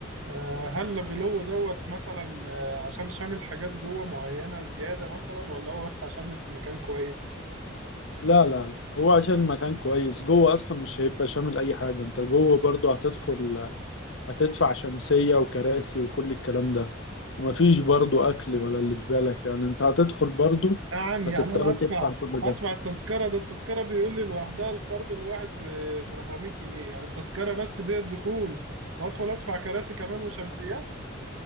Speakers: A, on the right; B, on the left.
A: آه، هل الغلو دوت مثلا آه، عشان شامل حاجات جوه معينة زيادة مثلا ولا هو بس عشان مكان كويس
B: لا لا لا هو عشان مكان كويس جوه اصلا مش هيبقى شامل اي حاجه انت جوه برضو هتدخل هتدفع شمسيه وكراسي وكل الكلام ده ومفيش برضو اكل ولا اللي في بالك يعني انت هتدخل برضو
A: يا عم
B: هتضطر
A: يعني انا هدفع
B: تدفع كل
A: هدفع
B: ده
A: التذكره ده التذكره بيقول لي لوحدها الفرد الواحد ب 400 جنيه يعني التذكره بس دي الدخول وادخل ادفع كراسي كمان وشمسيات